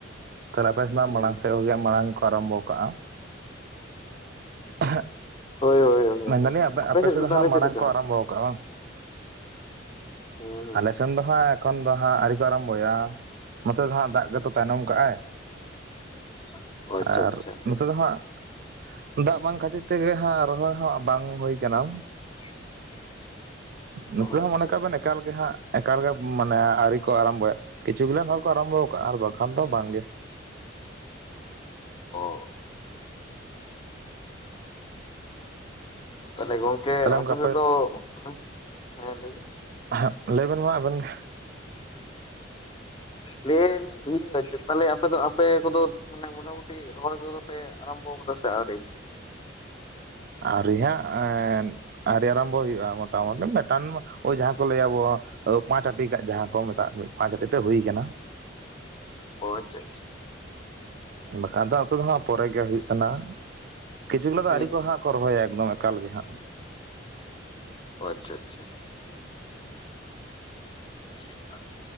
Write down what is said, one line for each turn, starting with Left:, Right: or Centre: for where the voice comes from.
Right: ᱛᱟᱦᱞᱮ ᱟᱯᱮ ᱥᱮᱱᱟᱜ
Left: ᱦᱩᱸ
Right: ᱢᱟᱲᱟᱝ ᱥᱮᱫ ᱢᱟᱲᱟᱝ ᱜᱮᱠᱚ ᱟᱨᱟᱢᱵᱷᱚ ᱟᱠᱟᱜᱼᱟ᱾ ᱦᱮᱸᱜ
Left: ᱦᱳᱭ ᱦᱳᱭ ᱦᱳᱭ
Right: ᱢᱮᱱ
Left: ᱦᱳᱭ
Right: ᱫᱟᱞᱤᱧ
Left: ᱟᱯᱮ
Right: ᱟᱯᱮᱥᱮᱫ
Left: ᱥᱮᱫ
Right: ᱫᱚ
Left: ᱛᱟᱦᱚᱞᱮ
Right: ᱦᱟᱜ ᱢᱟᱲᱟᱝ
Left: ᱪᱮᱫ ᱞᱮᱠᱟ
Right: ᱠᱚ ᱟᱨᱟᱢᱵᱷᱚ ᱟᱠᱟᱜᱼᱟ ᱵᱟᱝ?
Left: ᱦᱮᱸ
Right: ᱟᱞᱮᱥᱮᱱ ᱫᱚ ᱦᱟᱸᱜ ᱮᱠᱷᱚᱱ ᱫᱚ ᱦᱟᱸᱜ, ᱟᱹᱣᱨᱤ ᱠᱚ ᱟᱨᱟᱢᱵᱚᱭᱟ ᱱᱚᱛᱮ ᱫᱚ ᱦᱟᱸᱜ ᱫᱟᱜ ᱜᱮᱛᱚ ᱛᱟᱭᱱᱚᱢ ᱠᱟᱜ-ᱟᱭ᱾
Left: <inaudible> <inaudible>
Right: ᱟᱨ
Left: ᱟᱪᱪᱷᱟ
Right: ᱱᱚᱛᱮ ᱫᱚ ᱦᱟᱸᱜ, ᱫᱟᱜ ᱵᱟᱝ ᱠᱷᱟᱹᱛᱤᱨ ᱛᱮᱜᱮ ᱦᱟᱸᱜ ᱨᱚᱦᱚᱭ ᱦᱚᱸ ᱵᱟᱝ ᱦᱩᱭ ᱠᱟᱱᱟ ᱾
Left: <inaudible>
Right: ᱱᱚᱛᱮ
Left: ᱚ
Right: ᱦᱚᱸ
Left: ᱟᱪᱪᱷᱟ
Right: ᱢᱚᱱᱮ ᱠᱟᱜ ᱵᱮᱱ, ᱮᱠᱟᱞᱜᱮ ᱦᱟᱸᱜ ᱮᱠᱟᱞᱜᱮ ᱢᱟᱱᱮ ᱟᱹᱨᱤ ᱠᱚ ᱟᱨᱟᱢᱵᱚᱭᱟ᱾ ᱠᱤᱪᱷᱩ ᱜᱤᱞᱟᱱ ᱦᱚᱲ ᱠᱚ ᱟᱨᱟᱢᱵᱷᱚ ᱟᱠᱟᱜᱼᱟ ᱾ᱟᱨ ᱵᱟᱝᱠᱷᱟᱱ ᱫᱚ ᱵᱟᱝᱜᱮ᱾
Left: ᱚ᱾ ᱛᱟᱦᱚᱞᱮ ᱜᱚᱝᱠᱮ
Right: ᱛᱟᱦᱚᱞᱮ
Left: ᱟᱯᱮ
Right: ᱚᱱᱠᱟ
Left: ᱥᱮᱫ ᱫᱚ, <unintelligible> ᱦᱮᱸ ᱞᱟᱹᱭ ᱵᱤᱱ
Right: ᱦᱮᱸ, ᱞᱟᱹᱭᱵᱤᱱ ᱢᱟ ᱟᱵᱮᱱ ᱜᱮ᱾
Left: ᱞᱟᱹᱭ ᱤᱭᱟᱹ ᱛᱟᱦᱞᱮ ᱟᱯᱮ ᱫᱚ ᱟᱯᱮ ᱠᱚᱫᱚ ᱢᱟᱱᱮ ᱢᱚᱴᱟᱢᱩᱴᱤ ᱨᱚᱦᱚᱭ ᱠᱚᱫᱚ ᱯᱮ ᱟᱨᱚᱢᱵᱷᱛ ᱟᱠᱟᱫᱟ ᱥᱮ ᱟᱹᱣᱨᱤ?
Right: ᱟᱹᱣᱨᱤ ᱦᱟᱸᱜ ᱟᱹᱣᱨᱤ ᱟᱨᱟᱢᱵᱚ ᱦᱩᱭᱩᱜᱼᱟ ᱾ᱢᱚᱴᱟᱢᱩᱴᱤ ᱢᱤᱫᱴᱟᱝ ᱳᱭ ᱡᱟᱦᱟᱸ ᱠᱚ ᱞᱟᱹᱭᱟ ᱟᱵᱚ ᱯᱟᱸᱪ ᱟᱹᱴᱤ ᱡᱟᱦᱟᱸ ᱠᱚ ᱢᱮᱛᱟᱜ, ᱢᱤᱫ ᱯᱟᱸᱪ ᱟᱹᱴᱤ ᱛᱮ ᱦᱩᱭᱠᱟᱱᱟ᱾
Left: ᱦᱚᱭ, ᱟᱪᱪᱷᱟ ᱟᱪᱪᱷᱟ᱾
Right: ᱵᱟᱠᱷᱟᱱ ᱫᱚ ᱟᱹᱛᱩ ᱫᱚ ᱦᱟᱸᱜ ᱯᱚᱨᱮ ᱜᱮ ᱦᱩᱭᱩᱜ ᱠᱟᱱᱟ ᱾ᱠᱤᱪᱷᱩ ᱜᱤᱞᱟ ᱫᱚ
Left: ᱦᱩᱸ
Right: ᱟᱹᱣᱨᱤ ᱦᱟᱸᱜ ᱠᱚ ᱨᱚᱦᱚᱭᱟ ᱮᱠᱫᱚᱢ ᱮᱠᱟᱞ ᱜᱮ ᱦᱟᱸᱜ᱾
Left: ᱟᱪᱪᱷᱟ ᱟᱪᱪᱷᱟ ᱾ <inaudible>